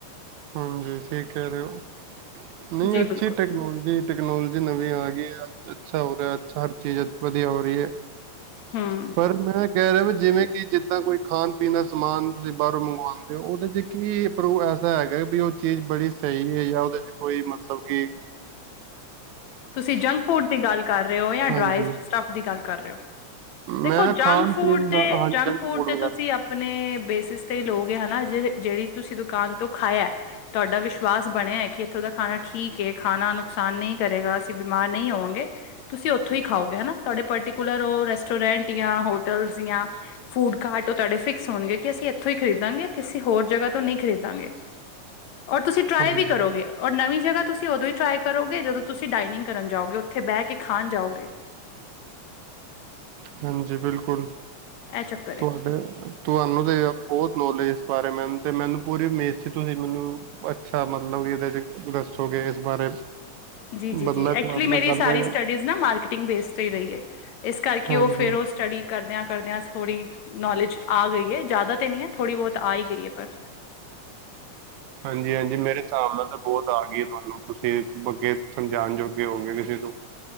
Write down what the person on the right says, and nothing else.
ਹਾਂਜੀ ਠੀਕ ਕੈ ਰਏ ਓ ਨਈ
ਅੱਛੀ
ਟੈਕਨੋਲਜੀ ਟੈਕਨੋਲੋਜੀ ਨਵੀ ਆ ਗਈ ਐ ਅੱਛਾ ਹੋ ਰਿਆ ਹਰ ਚੀਜ਼ ਵਧੀਆ ਹੋ ਰਈ ਏ।
ਪਰ ਮੈਂ ਗੈਰਾ ਜਿਵੇਂ ਕਿ ਜਿੱਦਾਂ ਕੋਈ ਖਾਣ ਪੀਣ ਦਾ ਸਮਾਨ ਤੁਸੀਂ ਬਾਰੋਂ ਮੰਗਵਾਂਦੇ ਹੋ ਉਦੇ 'ਚ ਕੀ ਪ੍ਰੋਰ ਐ ਹੈਗਾ ਵੀ ਓ ਚੀਜ਼ ਬੜੀ ਸਈ ਐ ਜਾਂ ਓਦੇ 'ਚ ਕੋਈ ਮਤਲਬ ਕੀ
ਹਾਂਜੀ
ਮੈਂ
ਖਾਣ
ਪੀਣ
ਦਾ ਹਾਂਜੀ
ਵਗੈਰਾ
<inaudible>
ਹਾਂਜੀ
ਹਾਂਜੀ ਬਿਲਕੁਲ
ਤੁਆਡੇ ਤੁਹਾਨੂੰ ਤੇ ਬੋਤ ਨੌਲੇਜ ਇਸ ਬਾਰੇ ਮੈਮ ਤੇ ਮੈਨੂੰ ਪੂਰੀ ਉਮੀਦ ਸੀ ਤੁਸੀਂ ਮੈਨੂੰ ਅੱਛਾ ਮਤਲਬ ਇਦੇ 'ਚ ਦੱਸੋਗੇ। ਬਾਰੇ
ਬਦਲਾ ਤੁਹਾਡੇ
ਨਾਲ ਗੱਲ
ਕਰਕੇ
ਹਾਂਜੀ।
ਹਾਂਜੀ-ਹਾਂਜੀ ਮੇਰੇ ਹਿਸਾਬ ਨਾਲ ਤਾਂ ਬੋਤ ਆ ਗਈ ਏ ਤੁਹਾਨੂੰ ਤੁਸੀਂ ਅੱਗੇ ਸਮਝਾਣ ਜੋਗੇ ਹੋਗੇ ਕਿਸੇ ਨੂੰ